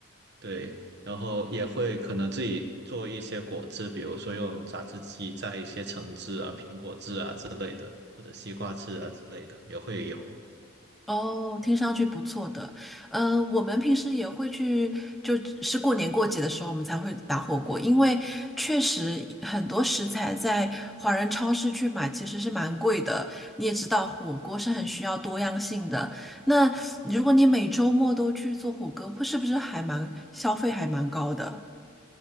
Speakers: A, on the right; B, in the centre.
A: 对，然后也会可能自己做一些果汁，比如说用榨汁机榨一些橙汁啊、苹果汁啊之或者西瓜汁啊之类的，也会有。
B: 哦，听上去不错的。嗯、我们平时也会去，就是过年过节的时候，我们才会打火锅，因为确实很多食材在华人超市去买其实是蛮贵的。你也知道，火锅是很需要多样性的。那如果你每周末都去做火锅，会是不是还蛮消费还蛮高的？